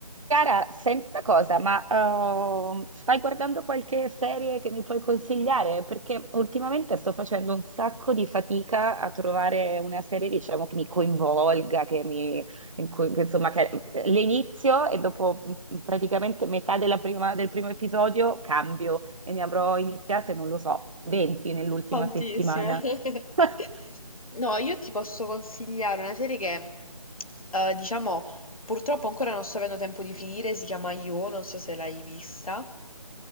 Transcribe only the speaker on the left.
Tantissime.
<laughs>
No, io ti posso consigliare una serie che, eh, diciamo, purtroppo ancora non sto avendo tempo di finire, si chiama Io, non so se l'hai vista.